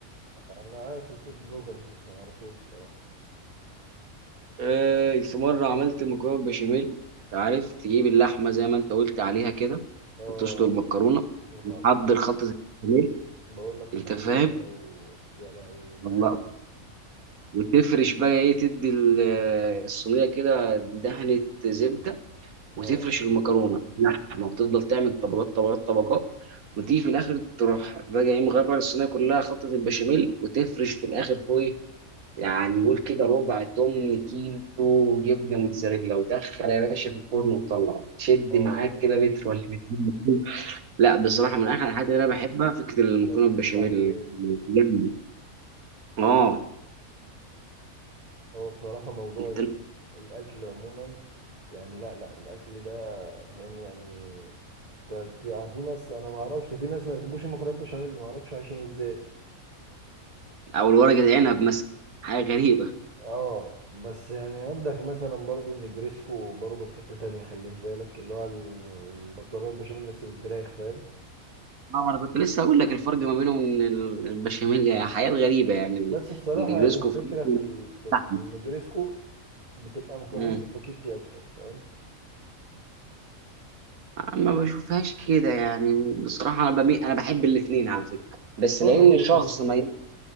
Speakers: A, on the right; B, on the right.
A: انا عارف الفود بلوجرز بس ما اعرفوش بصراحه
B: آه، في مرة عملت مكرونة بشاميل انت عارف تجيب اللحمة زي ما انت قلت عليها كده
A: اه
B: وتسلق المكرونة
A: متعصبها
B: وتحضر خلطة البشاميل
A: بقول لك
B: انت
A: متعصبها
B: فاهم
A: و... يا لهوي معاك
B: الله
A: اه
B: وتفرش بقى ايه تدي ال- آه، الصينية كده دهنة زبدة وتفرش
A: اه
B: المكرونة لحمة وتفضل تعمل طبقات طبقات طبقات وتيجي في الاخر تروح بقى ايه مغرق الصينية كلها خلطة البشاميل وتفرش في الاخر فوق يعني قول كده ربع تمن كيلو يبقى موتزاريلا ودخل يا باشا في الفرن وطلع شد
A: آه.
B: معاك كده متر ولا مترين لا بصراحه من احلى الحاجات اللي انا بحبها فكره
A: انا
B: المكرونه
A: بقول لك بتطلع
B: بالبشاميل
A: خيال دي
B: جامد. اه
A: هو بصراحه موضوع
B: انت
A: ال... الاكل عموما يعني لا لا الاكل ده فاهم يعني ت- ت- يعني في ناس انا ما اعرفش في ناس ما بيحبوش المكرونه بشاميل ما اعرفش عايشين ازاي
B: او الورق العنب مثلا حاجه غريبه
A: اه بس يعني عندك مثلا برضو النجريسكو برضو في حتة تانية خليه في بالك اللي هو المكرونة البشاميل بس بالفراخ فاهم
B: اه ما انا كنت لسه هقول لك الفرق ما بينهم ان ال- البشاميل يعني حاجات غريبه يعني ال-
A: بس بصراحة
B: النجريسكو
A: يعني الفكرة
B: فرنسي
A: في
B: واللحمة.
A: ال... في, في النجريسكو بتبقى مكرونة
B: امم
A: سباكيتي أكتر فاهم
B: ما بشوفهاش كده يعني بصراحه انا بمي... انا بحب الاثنين على فكره بس
A: وأنا
B: لان
A: برضو
B: شخص
A: بس
B: ما